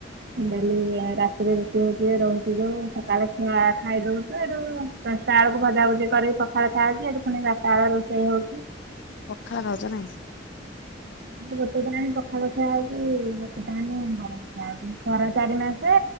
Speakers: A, on the right; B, on the left.
A: ଡେଲି ରାତିରେ ରୁଟି ହଉଚି ଯେ ରହୁଚି ଯୋଉ ସକାଳେ ଖିଆ ଖାଇ ଦଉଚୁ ହେଟୁ ଦଶଟା ବେଳକୁ ଭଜାଭୁଜି କରିକି ପଖାଳ ଖିଆହୋଉଚି ଏଠି ପୁଣି ବାରଟା ବେଳେ ରୋଷେଇ ହଉଚି।
B: ପଖାଳ ଖାଉଚ ନାହିଁ। ହ
A: ଗୋଟେ ଟାଇମ୍ ପଖାଳ ଖିଆହଉଛି ଗୋଟେ ଟାଇମ୍ ଗରମ। ଖରା ଚାରି ମାସେ